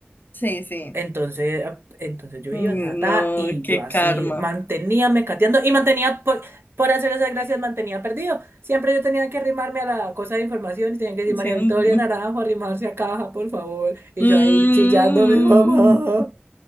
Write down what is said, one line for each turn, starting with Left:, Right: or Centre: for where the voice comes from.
Left: Sí, sí.
Right: Entonces, ah, entonces yo
Left: Mm,
Right: iba, ta, ta,
Left: No,
Right: y
Left: qué
Right: yo así
Left: karma.
Right: mantenía mecateando y mantenía, por, por hacer esas gracias, mantenía perdido. Siempre yo tenía que arrimarme a la cosa de información y tenía que decir María
Left: Sí,
Right: Victoria
Left: mm.
Right: Naranjo, arrimarse a caja, por favor. Y
Left: Mm.
Right: yo ahí chillando a mi mamá.